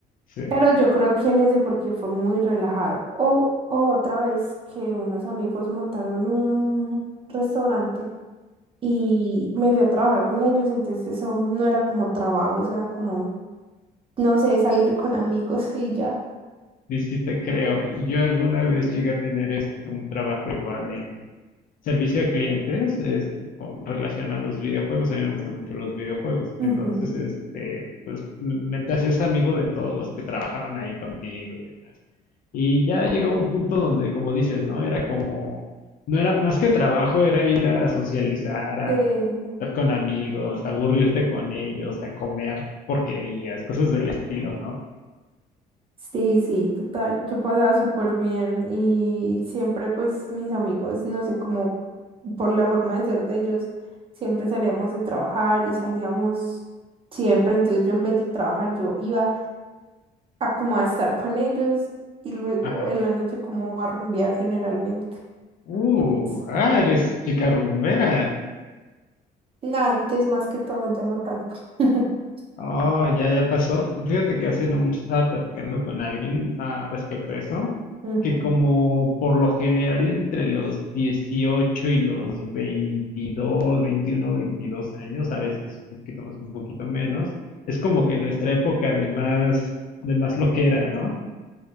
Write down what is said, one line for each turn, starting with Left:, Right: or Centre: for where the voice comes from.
Left: Sí.
Right: Pero yo creo que en ese porque fue muy relajado. O, o otra vez que unos amigos montaron un restaurante y me fui a trabajar con ellos, entonces eso no era como trabajo, eso era como, no sé, salir con amigos y ya.
Left: Y sí te creo. Yo alguna vez llegué a tener este, un trabajo igual en servicio a clientes, este, con relación a los videojuegos. A mí me gustan mucho los videojuegos. Entonces,
Right: Ujú.
Left: este, pues m- me te hacías amigo de todos los que trabajaban ahí contigo y demás. Y ya llegaba un punto donde, como dices, ¿no? Era como, no era más que trabajo, era ir a socializar, a
Right: Sí.
Left: estar con amigos, a aburrirte con ellos, a comer porquerías, cosas del estilo, ¿no?
Right: Sí, sí, total. Yo pasaba súper bien y siempre pues mis amigos, no sé, cómo por la forma de ser de ellos, siempre salíamos de trabajar y salíamos siempre. Entonces yo en vez de trabajar, yo iba a como a estar con ellos y luego
Left: Ajá.
Right: en la noche como a rumbear generalmente.
Left: Uh,
Right: Es-
Left: ah, eres chica rumbera.
Right: Antes más que todo, ya no tanto. <laughs>
Left: Oh, ya, ya pasó. Fíjate que hace no mucho estaba platicando con alguien ah, respecto a eso,
Right: Ujú.
Left: que como por lo general entre los 18 y los 22, 21, 22 años, a veces un poquito más, un poquito menos, es como que nuestra época de más, de más loquera, ¿no?